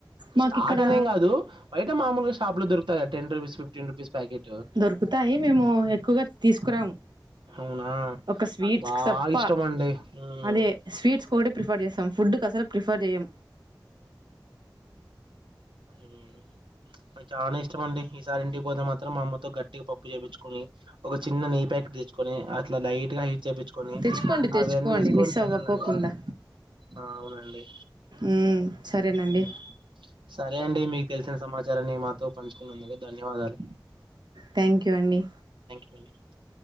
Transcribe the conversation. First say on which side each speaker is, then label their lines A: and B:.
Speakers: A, on the right; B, on the right.
A: మాకు
B: స్టాక్
A: ఇక్కడ
B: అనేం కాదు బయట మామూలుగా షాప్ లో దొకుతాది గా ten rupees fifteen rupees packet
A: దొరుకుతాయి మేము ఎక్కువగా తీసుకురాము
B: అవునా
A: ఒక స్వీట్స్
B: నాకు బాగా
A: తప్ప
B: ఇష్టం అండి మ్మ్
A: అదే స్వీట్స్ ఫ్రీఫర్ చేస్తం ఫుడ్కు అసలు ప్రిఫర్ చెయం
B: హ్ నాకు చానా ఇష్టము. అండి ఈసారి ఇంటికి పోతే మాత్రం మా అమ్మ తో గట్టిగా పప్పు చేపించ్చుకొని ఒక చిన్న నెయ్యి ప్యాకెట్ తెచ్చుకొని అట్లా లైట్గా చేపించుకొని
A: తెచ్చుకోండి తెచ్చుకోండి
B: అవన్నీ వేసుకొని
A: మిస్
B: తినాలండి
A: అవ్వకోకుండా
B: ఆ అవునండి.
A: ఉమ్, సరేనండి
B: హ్ సరే అండి మీకు తెలిసిన సమాచారాన్ని మాతో పంచుకున్నందుకు ధన్యవాదాలు.
A: థ్యాంక్ యూ అండి
B: <unintelligible>